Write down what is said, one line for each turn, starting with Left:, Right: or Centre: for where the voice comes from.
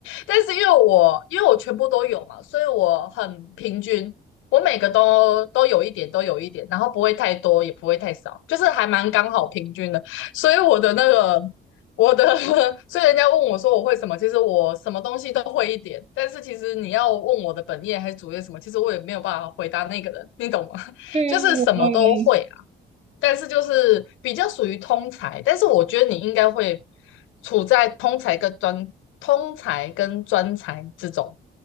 Left: 但是因为我因为我全部都有嘛，所以我很平均，我每个都都有一点，都有一点，然后不会太多，也不会太少，就是还蛮刚好平均的。所以我的那个我的，<laughs> 所以人家问我说我会什么，其实我什么东西都会一点，但是其实你要问我的本业还是主业什么，其实我也没有办法回答那个人，你懂吗？<laughs>
Right: 嗯，
Left: 就是什么都会啦，
Right: 我懂你的意思。
Left: 但是就是比较属于通才，但是我觉得你应该会处在通才跟专通才跟专才之中。